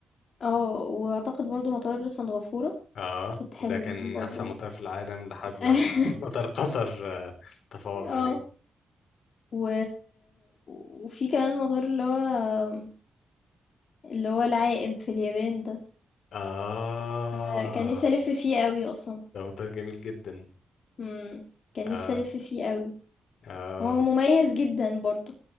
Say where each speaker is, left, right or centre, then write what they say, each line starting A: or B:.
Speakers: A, on the left (about 60°); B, on the left (about 80°).
A: اه واعتقد برضو مطار سنغافورة
B: اه
A: اكيد حلو
B: ده كان
A: يعني برضو
B: احسن مطار في العالم لحد
A: <laughs>
B: لما <laughs> مطار قطر آه، تفوق
A: اه
B: عليه
A: و... وفي كمان مطار اللي هو اللي هو العائم في اليابان ده
B: اه
A: آه، كان نفسي الف فيه قوي اصلا
B: ده مطار جميل جدا
A: مم. كان
B: اه
A: نفسي الف فيه قوي
B: اه
A: هو مميز جدا برضو